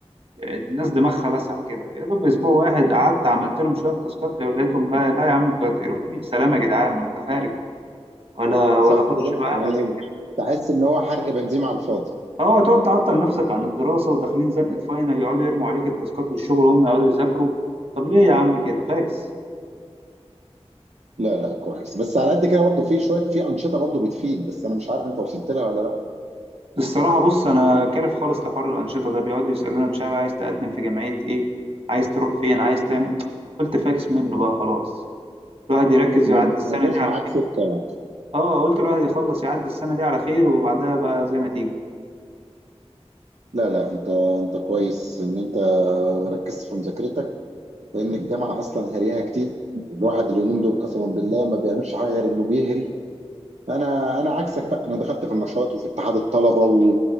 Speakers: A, on the right; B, on the right.
A: الناس دماغها لسعة كده يا دوب اسبوع واحد قعدت عملت لهم شويه تاسكات ولقيتهم بقى لا يا عم انتوا هتقرفوني سلام يا جدعان انت خارج ولا ولا
B: صح
A: اخش
B: كده
A: بقى
B: يعني
A: انا في
B: بحس ان هو حرق بنزين على الفاضي
A: هو تقعد تعطل نفسك عن الدراسه وداخلين زنقه فاينل يقعدوا يرموا عليك التاسكات والشغل هم يقعدوا يذاكروا طب ليه يا عم كده فاكس
B: لا لا كويس بس على قد كده برضو في شويه في انشطه برضو بتفيد بس انا مش عارف انت وصلت لها ولا لا
A: الصراحه بص انا كارف خالص لحوار الانشطه ده بيقعدوا يسالونا مش عارف عايز تقدم في جمعيه ايه عايز تروح فين عايز تعمل إيه؟ قلت فاكس منه بقى خلاص الواحد يركز
B: ما
A: يعدي السنه
B: ما جاش
A: دي على
B: معاك سكه يعني.
A: اه قلت الواحد يخلص يعدي السنة دي على خير وبعدها بقى زي ما تيجي
B: لا لا انت انت كويس ان انت ركزت في مذاكرتك لان الجامعه اصلا هريها كتير الواحد اليومين دول قسما بالله ما بيعملش حاجه غير انه بيهري انا انا عكسك بقى انا دخلت في النشاط وفي اتحاد الطلبه و...